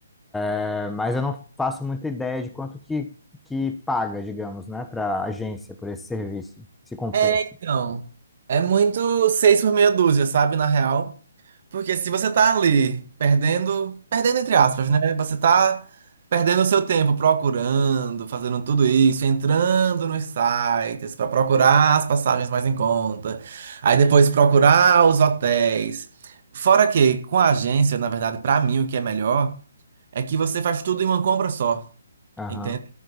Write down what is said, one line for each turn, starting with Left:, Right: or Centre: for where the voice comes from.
Centre: É, mas eu não faço muita ideia de quanto que, que paga, digamos, né, para agência por esse serviço, se compensa.
Right: É, então, é muito seis por meia dúzia, sabe, na real. Porque se você tá ali perdendo, perdendo entre aspas, né? Você tá perdendo o seu tempo procurando, fazendo tudo isso, entrando nos sites pra procurar as passagens mais em conta, aí depois procurar os hotéis. Fora que com a agência, na verdade, pra mim o que é melhor é que você faz tudo em uma compra só,
Centre: Aham,
Right: entende?